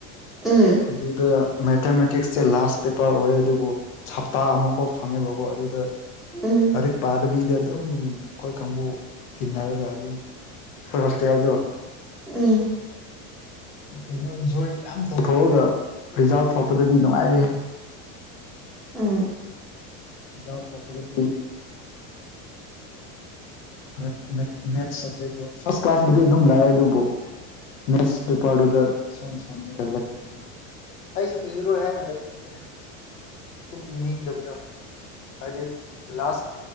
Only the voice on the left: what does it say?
ꯑꯗꯨꯗ ꯃꯦꯊꯃꯦꯇꯤꯛꯁꯁꯦ ꯂꯥꯁ ꯄꯦꯄꯔ ꯑꯣꯏ ꯑꯗꯨꯕꯨ ꯍꯞꯇꯥ ꯑꯃ ꯑꯣꯐ ꯐꯪꯉꯦꯕꯀꯣ ꯑꯗꯨꯗ
ꯂꯥꯏꯔꯤꯛ ꯄꯥꯗꯕꯤꯗ ꯑꯗꯨꯝ ꯑꯩꯈꯣꯏ ꯀꯥꯡꯕꯨ ꯇꯤꯟꯅꯔꯒ ꯑꯗꯨꯝ ꯍꯣꯏ ꯍꯁꯇꯇꯥꯦꯜꯗꯣ
ꯀꯩꯅꯣ ꯏꯟꯖꯣꯏ ꯃꯌꯥꯝ ꯇꯧꯊꯣꯛꯑꯒ ꯔꯤꯖꯥꯜ ꯊꯣꯛꯄꯗꯗꯤ ꯅꯨꯡꯉꯥꯏꯔꯦ
ꯌꯥꯥꯎ ꯊꯛꯔꯦꯗꯤ ꯃꯦꯠ ꯃꯦꯠ ꯃꯦꯠꯁ ꯁꯕꯖꯦꯛꯇꯣ ꯐꯥꯔꯁ ꯀ꯭ꯂꯥꯁꯕꯨꯗꯤ ꯑꯗꯨꯝ ꯂꯥꯛꯑꯦ ꯑꯗꯨꯕꯨ ꯃꯦꯁꯕꯤ ꯄꯥꯗ ꯁꯣꯟꯣꯟ ꯁꯣꯟ ꯃꯒꯕꯗꯨ ꯑꯩꯁꯨ ꯏꯔꯣ ꯍꯥꯏꯅ ꯂꯩꯅꯦꯗ ꯁꯨꯝ ꯏꯅꯤꯡꯗꯕꯗ ꯍꯥꯏꯗꯤ ꯂꯥꯁ